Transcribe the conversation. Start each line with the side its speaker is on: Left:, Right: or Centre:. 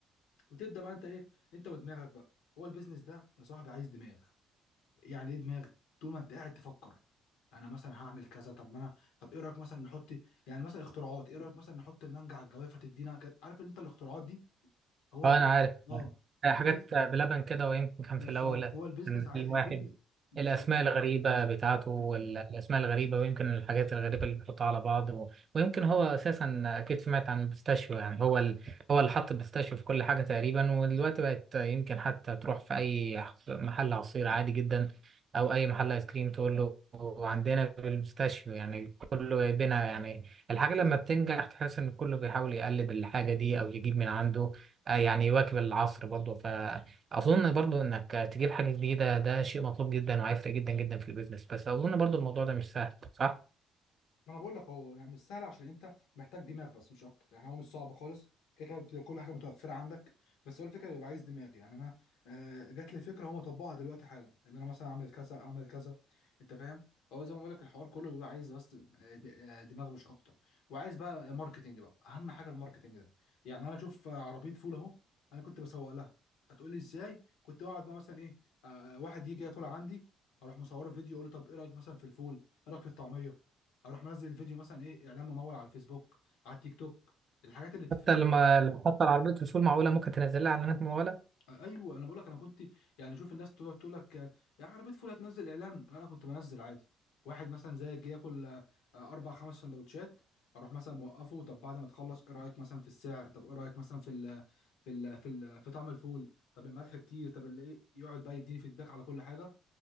Left: وتبدا بقى انت ايه انت ودماغك بقى هو البيزنس ده يا صاحبي عايز دماغ يعني ايه دماغي طول ما انت قاعد تفكر انا مثلا هعمل كذا طب ما انا طب ايه رايك مثلا نحط يعني مثلا اختراعات ايه رايك مثلا نحط المانجا على الجوافه تدينا ك- عارف ان انت الاختراعات دي هو
Right: اه
Left: البيزنس
Right: انا عارف
Left: اه
Right: آه،
Left: البيزنس
Right: حاجات بلبن كده ويمكن كان
Left: بالظبط
Right: في الاول
Left: هو البيزنس
Right: كان
Left: ع...
Right: في
Left: البيزنس
Right: واحد
Left: بالظبط
Right: الاسماء
Left: كده
Right: الغريبه بتاعته والاسماء
Left: أيوة.
Right: الغريبه ويمكن الحاجات الغريبه اللي بيحطها على بعض و... ويمكن هو اساسا اكيد سمعت عن البيستاشيو يعني هو ال... هو اللي حط البيستاشيو في كل حاجه تقريبا ودلوقتي بقت يمكن حتى تروح في اي عص- محل عصير عادي جدا او اي محل ايس كريم تقول له عندنا البيستاشيو يعني كله جايبينها يعني الحاجه لما بتنجح تحس ان كله بيحاول يقلد الحاجه دي او يجيب من عنده آه، يعني يواكب العصر برضه فأظن برضه إنك تجيب حاجة جديدة ده شيء مطلوب جدا وهيفرق جدا جدا في البيزنس بس أظن برضه الموضوع ده مش سهل صح؟
Left: ما انا بقول لك هو يعني مش سهل عشان انت محتاج دماغ بس مش اكتر يعني هو مش صعب خالص كده كده بت- كل حاجه متوفره عندك بس هو الفكره بيبقى عايز دماغ يعني انا آه، جات لي فكره هم طبقها دلوقتي حالا ان انا مثلا اعمل كذا اعمل كذا انت فاهم هو زي ما بقول لك الحوار كله بيبقى عايز بس آه، د- آه، دماغ مش اكتر وعايز بقى ماركتنج بقى اهم حاجه الماركتنج ده يعني انا اشوف آه، عربيه فول اهو انا كنت بسوق لها هتقول لي ازاي كنت بقعد مع مثلا ايه آه، واحد يجي ياكل عندي اروح مصوره فيديو اقول له طب ايه رايك مثلا في الفول ايه رايك في الطعميه اروح منزل الفيديو مثلا ايه اعلان ممول على الفيسبوك على التيك توك الحاجات اللي بتتفتح
Right: حتى لما لو حتى العربية رسول معقولة ممكن تنزل لها إعلانات ممولة
Left: ايوه انا بقول لك انا كنت يعني شوف الناس تقعد تقول لك آه، يا عربيه فول هتنزل اعلان انا كنت بنزل عادي واحد مثلا زي جه ياكل آه، آه، اربع خمس سندوتشات اروح مثلا موقفه طب بعد ما تخلص ايه رايك مثلا في السعر طب ايه رايك مثلا في ال في ال في, ال في طعم الفول طب الملح كتير طب ال- ايه يقعد بقى يديني فيدباك على كل حاجه